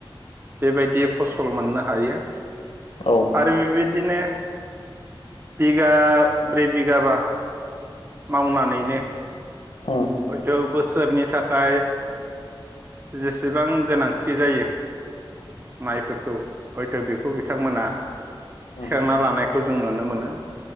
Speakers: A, on the right (about 25°); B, on the left (about 80°).
A: बेबायदि फसल मोननो हायो।
B: औ।
A: आरो बेबायदिनो बिगा ब्रै बिगाबा मावनानैनो
B: उ।
A: हयथ' बोसोरनि थाखाय
B: <inaudible>
A: जेसेबां गोनांथि जायो। माइफोरखौ हयथ' बेखौ बिथांमोना
B: औ।
A: थिखांना लानायखौ जों नुनो मोनो